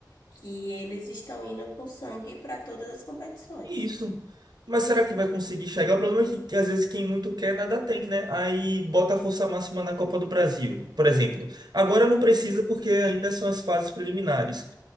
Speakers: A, on the left; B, on the right.
A: que eles estão indo com sangue para todas as competições.
B: Isso. Mas será que vai conseguir chegar? O problema é que, que às vezes quem muito quer nada tem, né? Aí bota a força máxima na Copa do Brasil, por exemplo. Agora não precisa porque ainda são as fases preliminares.